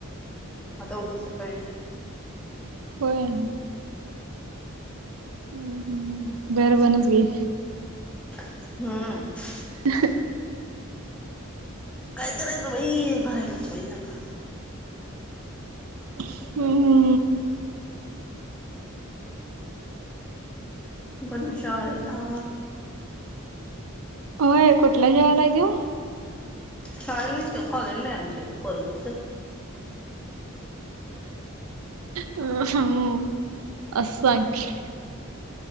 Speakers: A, in the centre; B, on the right (about 80°).
A: आता उद्या सकाळी..
B: होय.... हम हम दर्बनच घे
A: हा.....
B: ह
A: काय करायचं बाई भरायलाच पाहिजे आता
B: हम हम..
A: मनू शाळेला
B: होय कुठल्या शाळेला तो
A: शाळेला नाही तो कॉलेज आमच्या इथे पोरग
B: हं असं सांगते <unintelligible>